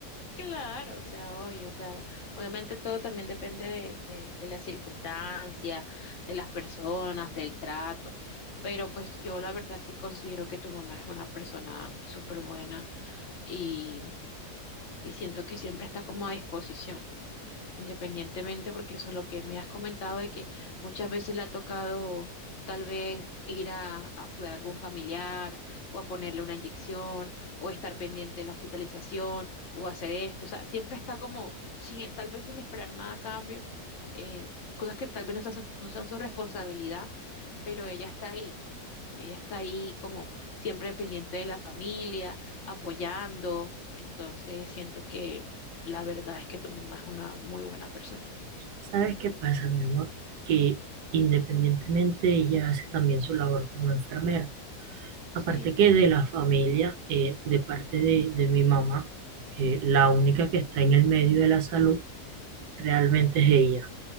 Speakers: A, on the left; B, on the right.
A: Claro, o sea, hoy, o sea, obviamente todo también depende de, de, de las circunstancias, de las personas, del trato, pero pues yo la verdad sí considero que tu mamá es una persona súper buena y, y siento que siempre está como a disposición independientemente, porque eso es lo que me has comentado de que muchas veces le ha tocado tal vez ir a, a cuidar a algún familiar o a ponerle una inyección o estar pendiente de la hospitalización o hacer esto, o sea, siempre está como sin, tal vez sin esperar nada a cambio, eh, cosas que tal vez no sean su- no sean su responsabilidad, pero ella está ahí. Ella está ahí como siempre pendiente de la familia, apoyando. Entonces siento que la verdad es que tu mamá es una muy buena persona.
B: ¿Sabes qué pasa, mi amor? Que independientemente ella hace también su labor como enfermera. Aparte
A: Sí.
B: que de la familia, eh, de parte de, de mi mamá, eh, la única que está en el medio de la salud realmente es ella.